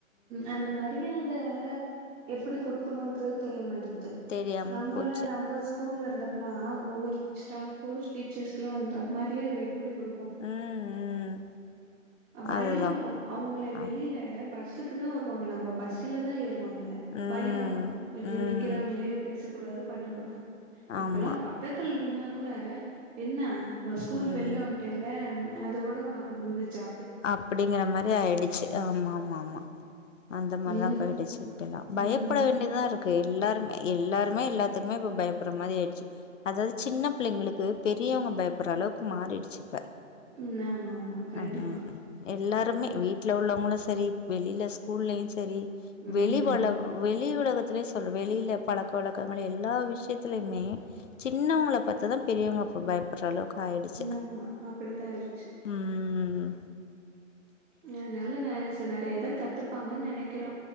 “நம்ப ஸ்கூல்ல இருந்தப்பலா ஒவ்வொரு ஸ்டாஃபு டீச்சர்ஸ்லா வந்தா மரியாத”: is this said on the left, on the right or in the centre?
Right